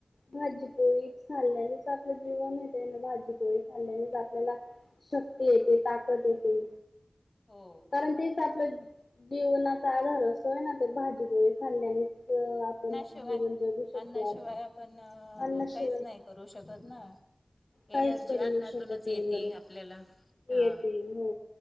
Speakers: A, on the left; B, on the left.
A: भाजीपोळी खाल्ल्यानेच आपलं जीवन येते भाजीपोळी खाल्ल्याने आपल्याला शक्ती येते ताकद येते
B: हो
A: कारण तेच आपलं जीवनाचा आधार असतोय ना ते भाजीपोळी खाल्ल्याने आपण
B: शिवाय
A: जीवन जगू शकतो
B: अन्नाशिवाय आपण
A: अन्नाशिवाय
B: काहीच नाही करू शकत ना
A: काहीच
B: एनर्जी
A: करू
B: अन्नातूनच
A: शकत हे
B: येते
A: बरोब
B: आपल्याला
A: येते
B: हा
A: हो